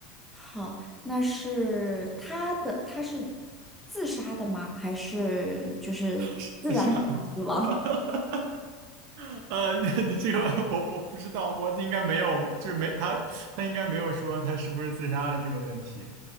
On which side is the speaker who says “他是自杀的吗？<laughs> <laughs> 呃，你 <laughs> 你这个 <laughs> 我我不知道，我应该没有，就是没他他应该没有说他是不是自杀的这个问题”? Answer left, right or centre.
Right